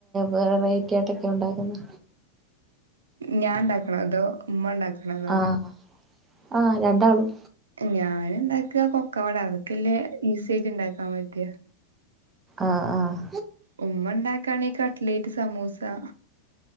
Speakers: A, on the right; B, on the right.
A: വെറൈറ്റിയായിട്ടൊക്കെ ഉണ്ടാക്കുന്നെ
B: ഞാൻ ഇണ്ടാക്കണതോ അതോ ഉമ്മ ഇണ്ടാക്കണതോ
A: ആഹ് ആഹ് രണ്ടാളും
B: ഞാൻ ഇണ്ടാക്കുക കൊക്കവട അതൊക്കല്ലേ ഈസി ആയിട്ട് ഇണ്ടാക്കാൻ പറ്റുവ
A: ആഹ് ആഹ്
B: ഉമ്മ ഉണ്ടാക്കാണെ കട്ലേറ്റ് സമൂസ-